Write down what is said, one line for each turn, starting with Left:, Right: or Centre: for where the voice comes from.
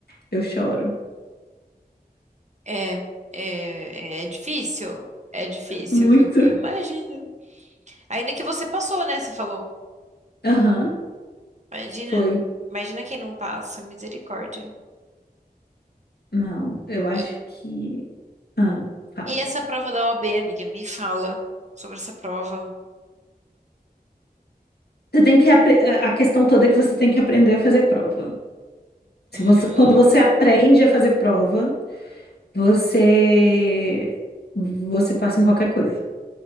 Left: eu choro.
Right: É, é, é difícil. É difícil,
Left: Muito.
Right: viu? Eu imagino. Ainda que você passou, né? Você falou.
Left: Aham,
Right: Imagina,
Left: foi.
Right: imagina quem não passa, misericórdia.
Left: Não, eu acho
Right: E,
Left: que. Ah, fala.
Right: e essa prova da OAB, amiga, me fala sobre essa prova.
Left: Você tem que apre... eh, A questão toda é que você tem que aprender a fazer prova.
Right: Hum,
Left: Se você... Quando você aprende a fazer prova, você você passa em qualquer coisa,